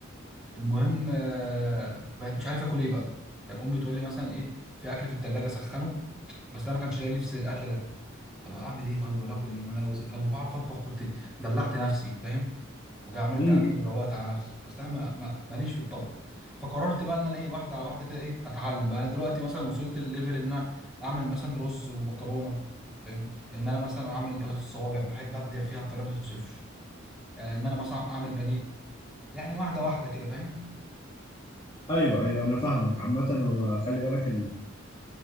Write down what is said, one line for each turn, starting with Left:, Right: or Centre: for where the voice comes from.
Centre: المهم آه، بقيت مش عارف اكل ايه بقى يعني امي تقول لي مثلا ايه في اكل في التلاجة سخنه بس انا ما كانش لاقي نفسي للاكل ده طب اعمل ايه طيب ولا اكل ايه ما انا لو لو بعرف اطبخ كنت دلعت نفسي فاهم وجا عملت
Left: امم
Centre: اكل وروقت على نفسي بس انا ما- ما- ماليش في الطبخ فقررت بقى ان انا ايه واحده على واحده كده ايه اتعلم بقى انا دلوقتي مثلا وصلت الليفل ان انا اعمل مثلا رز ومكرونه فاهم ان انا مثلا اعمل بطاطس الصوابع بحب ابدع فيها بطريقه ما توصفش آه، ان انا مثلا اعمل بانيه يعني واحده واحده كده فاهم
Left: ايوه ايوه انا فاهمك عامه هو خلي بالك